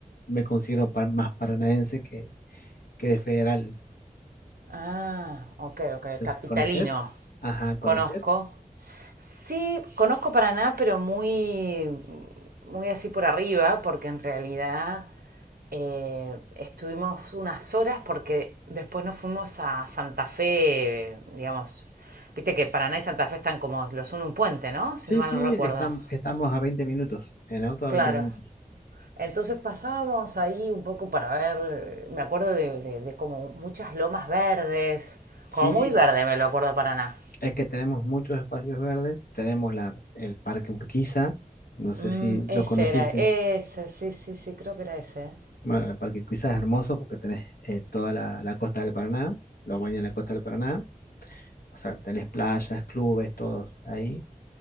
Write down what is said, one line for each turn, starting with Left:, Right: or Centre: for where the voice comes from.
Left: me considero pa- más paranaense que, que de Federal.
Right: ah, ok, ok,
Left: Entonces,
Right: capitalino.
Left: ¿conoces? Ajá, ¿conoces?
Right: Conozco, Sí, conozco Paraná, pero muy, muy así por arriba, porque en realidad eh, estuvimos unas horas porque después nos fuimos a Santa Fe, digamos. Viste que Paraná y Santa Fe están como los uno un puente, ¿no? Si
Left: Sí,
Right: no mal
Left: sí,
Right: no recuerdo.
Left: estam- estamos a 20 minutos, en auto a
Right: Claro.
Left: 20 minutos.
Right: Entonces pasábamos ahí un poco para ver, eh, me acuerdo de, de- de como muchas lomas verdes,
Left: Sí,
Right: como muy verde me lo acuerdo de Paraná.
Left: es que tenemos muchos espacios verdes, tenemos la, el Parque Urquiza, no sé
Right: Mm,
Left: si
Right: ese
Left: lo conociste.
Right: era, ese, sí, sí, sí, creo que era ese.
Left: Bueno, el Parque Cuiza es hermoso porque tenés eh, toda la, la costa del Paraná, lo baña la costa del Paraná, o sea, tenés playas, clubes, todos ahí.